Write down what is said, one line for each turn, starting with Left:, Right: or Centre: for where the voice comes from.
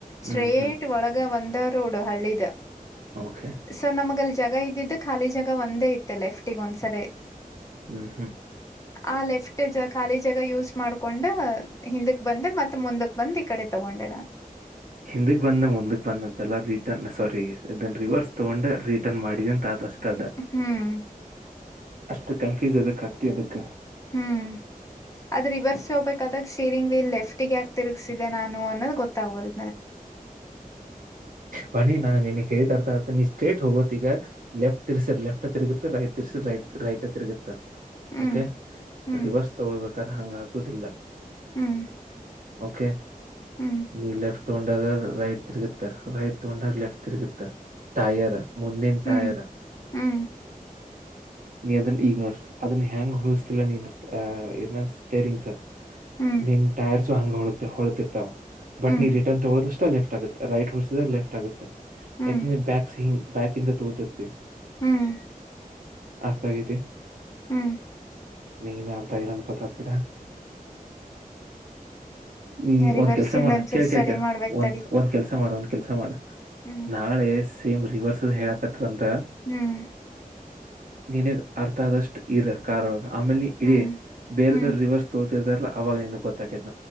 Left: ಸ್ಟ್ರೇಟ್
Right: ಹ್ಮ್ ಹ್ಮ್
Left: ಒಳಗ ಒಂದ ರೋಡ್ ಹಳ್ಳಿದ
Right: ಓಕೆ
Left: ಸೊ ನಮಗಲ್ಲಿ ಜಾಗ ಇದ್ದಿದ್ದು ಖಾಲಿ ಜಗ ಒಂದೇ ಇತ ಲೆಫ್ಟಗ್ ಒಂದ್ಸರಿ
Right: ಹ್ಮ್ ಹ್ಮ್
Left: ಆ ಲೇಫ್ಟ ಖಾಲಿ ಜಾಗ ಯುಸ್ ಮಾಡ್ಕೊಂಡ ಹಿಂದಕ್ ಬಂದೆ ಮತ್ತೆ ಮುಂದಕ್ ಬಂದ್ ಈ ಕಡೆ ತಗೊಂಡೆ ನಾನು
Right: ಹಿಂದಕ್ ಬಂದ ಮುಂದಕ್ ಬಂದ ಅಂತೆಲ್ಲ ರಿಟರ್ನ್ ಸಾರಿ ಇದನ್ ರಿವರ್ಸ್ ತಗೊಂಡೆ ರಿಟರ್ನ್ ಮಾಡಿದೆ ಅಂತ ಆದಷ್ಟು ಅದ
Left: ಹ್ಮ್
Right: ಅಷ್ಟ ಕನ್ಫ್ಯೂಸ್ ಅದಕ್ ಆಗ್ತಿ ಅದಕ್ಕೆ
Left: ಹ್ಮ್ ಅದ್ ರಿವರ್ಸ್ ಹೋಗ್ಬೇಕಾದಾಗ ಸ್ಟೀರಿಂಗ್ ವೀಲ್ ಲೆಫ್ಟ ಯಾಕೆ ತಿರುಗ್ಸಿದೆ ನಾನು ಅನ್ನೋದು ಗೊತ್ತಾಗಲ್
Right: ವಾಣಿ ನಾ ನಿನಿಗ ಹೇಳಿದರ್ಥ ಆ ನೀ ಸ್ರೇಟ್ ಹೋಗೋತ್ತ ಈಗ ಲೆಫ್ಟ್ ತಿರ್ಸರ್ ಲೆಫ್ಟ್ ತಿರುಗುತ್ತೆ ರೈಟ್ ತಿರ್ಸ ರೈಟ್ ತಿರುಗುತ್ತ
Left: ಹ್ಮ್
Right: ಓಕೆ
Left: ಹ್ಮ್
Right: ರಿವರ್ಸ್ ತಗೊಳ್ಬೇಕಾದ್ರೆ ಹಂಗ ಆಗುದಿಲ್ಲ
Left: ಹ್ಮ್
Right: ಓಕೆ
Left: ಹ್ಮ್
Right: ನೀ ಲೆಫ್ಟ ಗೊಂಡ ರೈಟ್ ತಿರುಗತ್ತ ರೈಟ್ ತಗೊಂಡಾಗ ಲೆಫ್ಟ್ ತಿರುಗತ್ತ ಟೈರ್ ಮುಂದಿನ್ ಟೈಯರ್
Left: ಹ್ಮ್ ಹ್ಮ್
Right: ನೀ ಅದನ್ ಈಗ ನೋಡಿ ಅದನ್ನ ಹೆಂಗ ಉಳಿಸ್ತಿಲ್ಲ ನೀ ಅ ಏನ ಸ್ಟೈರಿಂಗ್ಸ
Left: ಹ್ಮ್
Right: ನಿನ್ ಟೈರ್ಸು ಹಂಗ ಹೊಳ ಹೊಳತಿ ಇರ್ತಾವ ಬಟ್
Left: ಹ್ಮ್
Right: ನೀ ನ್ ತಗೋದಷ್ಟ ಫ್ ಆಗುತ್ತೆ ರೈಟ್ ಹೊಡಸಿದಾಗ ಲೆಫ್ಟ್ ಆಗುತ್ತೆ
Left: ಹ್ಮ್
Right: ಯಾಕಂದ್ರೆ ಬ್ಯಾಕ್ಸ್ಂಗ್ ಬ್ಯಾಕ್ ಇಂದ ತೋಗತಿರತಿ
Left: ಹ್ಮ್
Right: ಅರ್ಥ ಆಗೈತಿ
Left: ಹ್ಮ್
Right: ನೀನಗ ಲ್ಲ ಅಂತ ಗೊತ್ತಾಯ್ತು ಬಿಡ ನೀ
Left: ರಿವರ್ಸ್
Right: ಒಂದ್ ಕೆಲ್ಸ
Left: ಇಂದ
Right: ಮಾಡ
Left: ಒಂಚೂರು
Right: ಕೇಳ್
Left: ಸ್ಟಡಿ
Right: ಕೇಳ್ ಕೇಳ
Left: ಮಾಡ್ಬೇಕ್
Right: ಒಂದ್
Left: ತಡಿ
Right: ಒಂದ್ ಕೆಲ್ಸ ಮಾಡ ಒಂದ್ ಕೆಲ್ಸ ಮಾಡ
Left: ಹ್ಮ್
Right: ನಾಳೆ ಸೇಮ್ ರಿವರ್ಸಲ್ ಹೇಳಕತ್ ತ್ರಂದ್ರ
Left: ಹ್ಮ್
Right: ನಿನಗ್ ಅರ್ಥ ಆದಷ್ಟು ಇರ ಕಾರೂಳಗ ಆಮೇಲೆ ಇಡೀ
Left: ಹ್ಮ್
Right: ಬೇರೆದವರು
Left: ಹ್ಮ್
Right: ರಿವರ್ಸ್ ತೋದಿರ್ದಾರಲ್ಲ ಅವಾಗ ನಿನಗ್ ಗೊತ್ತಾಗತಿ